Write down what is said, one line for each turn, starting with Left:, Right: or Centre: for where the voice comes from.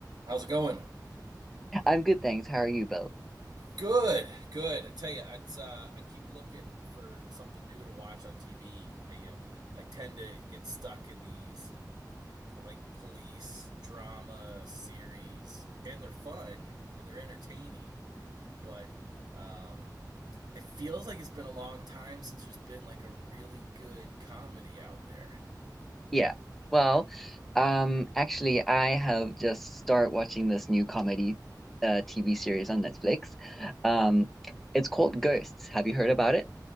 Right: How's it going?
Centre: I'm good, thanks. How are you, Bill?
Right: Good, good. I tell you, it's uh, I keep looking for something new to watch on TV. I uh, I tend to get stuck in these po- like police drama series, and they're fun and they're entertaining, but um, it feels like it's been a long time since there's been like a really good comedy out there.
Centre: Yeah. Well, um, actually, I have just started watching this new comedy uh TV series on Netflix. Um, it's called Ghosts. Have you heard about it?